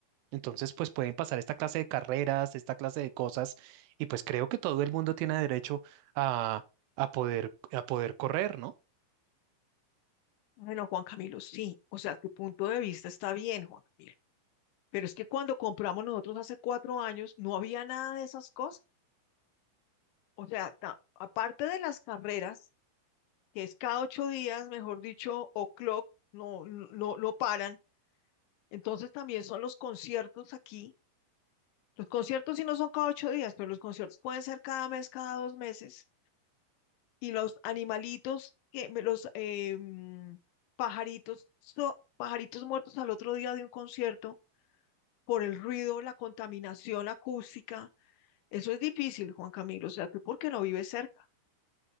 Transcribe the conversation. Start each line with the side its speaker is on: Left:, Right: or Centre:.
Right: Entonces, pues pueden pasar esta clase de carreras, esta clase de cosas, y pues creo que todo el mundo tiene derecho a, a poder, a poder correr, ¿no?
Left: Bueno, Juan Camilo, sí, o sea, tu punto de vista está bien, Juan Camilo, pero es que cuando compramos nosotros hace cuatro años no había nada de esas cosas. O sea, ta- aparte de las carreras, que es cada ocho días, mejor dicho, o clock, no, no, no no paran. Entonces también son los conciertos aquí. Los conciertos sí no son cada ocho días, pero los conciertos pueden ser cada mes, cada dos meses. Y los animalitos, que, me- los eh, mm, pajaritos, so- pajaritos muertos al otro día de un concierto por el ruido, la contaminación acústica. Eso es difícil, Juan Camilo. O sea, tú por qué no vives cerca.